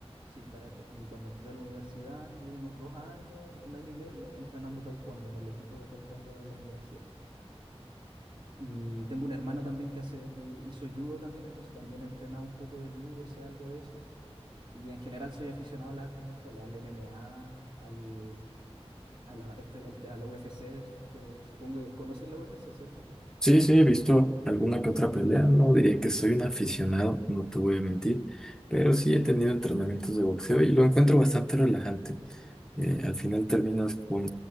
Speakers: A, on the right; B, in the centre.
A: sí, karate, y cuando entré a la universidad estuve unos dos años, un año y medio entrenando taekwondo en el equipo de taekwondo de la universidad. Y tengo un hermano también que hace, que hizo judo también, entonces también he entrenado un poco de judo, sé algo de eso. Y en general soy aficionado a las artes marciales, al MMA, al, a la, este- el- a la UFC, que supongo que conocen la UFC, ¿cierto?
B: Sí, sí, he visto alguna que otra pelea. No diría que soy un aficionado, no te voy a mentir, pero sí he tenido entrenamientos de boxeo y lo encuentro bastante relajante. Eh, al final terminas con,